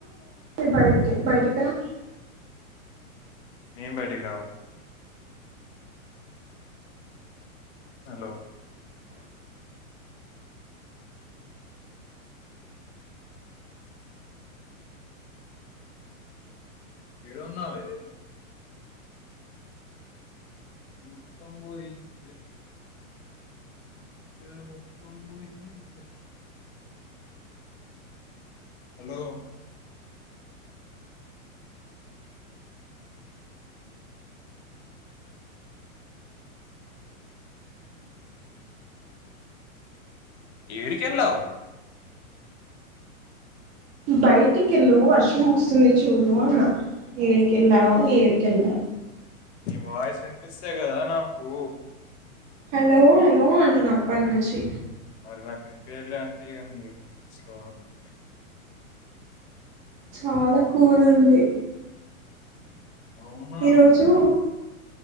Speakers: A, on the right (about 20°); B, on the left (about 50°).
A: బయటి బయటికిరా
B: నెన్ బయటికి రావాల హలో ఏడున్నావే మొత్తం పోయింది ఇది మొత్తం పోయిందే హలో ఏడికెళ్ళావ్
A: బయటికెళ్ళు వర్షం వస్తుంది చూడు అన్న ఏడికెళ్లావ్ ఏడికెళ్లావ్
B: నీ వాయిస్ వినిపిస్తే గదా నాకు
A: హలో హలో అంటున్నా అప్పటి నుంచి
B: మరి నాకు వినిపియట్లే అంటే ఇగ నీ సౌండి
A: చాలా కూలుంది
B: అవునా
A: ఈరోజు